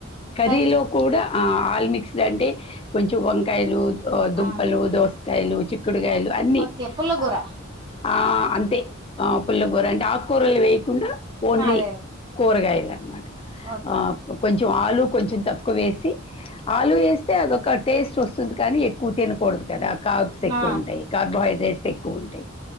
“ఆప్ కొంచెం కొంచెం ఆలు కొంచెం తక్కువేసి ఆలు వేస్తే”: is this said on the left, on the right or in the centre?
Left